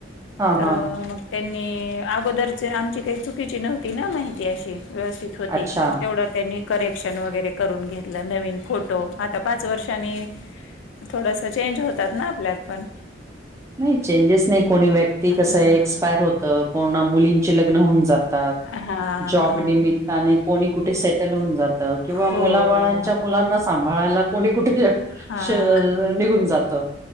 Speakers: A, on the right; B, on the left.
A: हा
B: तर
A: हा
B: मग. त्यांनी अगोदरचे आमची काही चुकीची नव्हती ना माहिती अशी व्यवस्थित शेवटी
A: अच्छा
B: मग तेवढ्यात त्यांनी करेक्शन वगैरे करून घेतलं नवीन फोटो आता पाच वर्षांनी थोडस चेंज होतात ना आपल्यात पण.
A: नाही चेंजेस नाही कोणी व्यक्ती
B: हां,
A: कस एक्सपायर होतं कोणा मुलींचे लग्न होऊन जात आता
B: हां,
A: जॉब
B: हां.
A: निमित्ताने कोणी कुठे सेटल होऊन जात. त किंवा मुलाबाळांच्या
B: हो.
A: मुलांना सांभाळायला कोणी कुठे
B: हां.
A: श निघून जात.